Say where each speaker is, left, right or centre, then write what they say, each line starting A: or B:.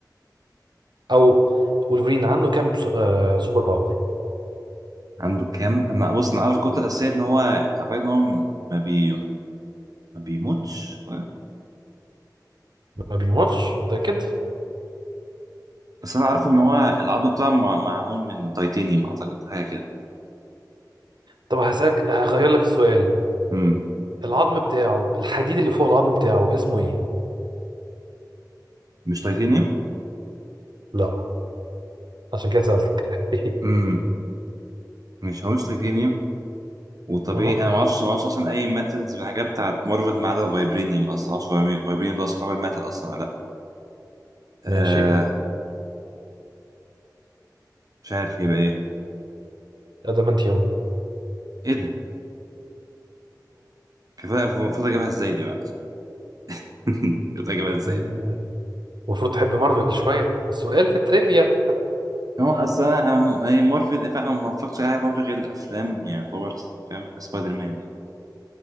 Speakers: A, on the right; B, on the right.
A: أو وولفرين عنده كام سو- آه سوبر باور؟
B: عنده كام انا بص انا عارف الكتله الاساسيه ان هو اعتقد ان هو ما بي ما بيموتش طيب.
A: ما بيموتش متأكد؟
B: بس انا عارف ان هو العظم بتاعه مع- معمول من تيتانيوم اعتقد حاجه كده
A: طب هسألك هغير لك السؤال
B: مم.
A: العظم بتاعه الحديد اللي فوق العظم بتاعه اسمه إيه؟
B: مش تيتانيوم
A: لا عشان كده سألتك <laughs>
B: امم مش هو مش تيتانيوم وطبيعي
A: مهم.
B: انا ما اعرفش ما اعرفش اصلا اي ماتلز من الحاجات بتاعت مارفل ما عدا فايبرينيوم اصلا ما اعرفش فايبرينيوم ده اصلا يعتبر ماتل اصلا ولا لا آه
A: ماشي
B: مش عارف يبقى ايه
A: أدمنتيوم
B: ايه ده كفايه المفروض اجيبها ازاي دي معلش <laughs> المفروض اجيبها ازاي
A: مهم.
B: دي
A: المفروض تحب مارفل شوية السؤال في التريفيا
B: هو اصلا انا أنا- هي مارفل فاهم أنا ما بفكرش على حاجة مارفل غير الافلام يعني يعتبر فاهم سبايدر مان يعني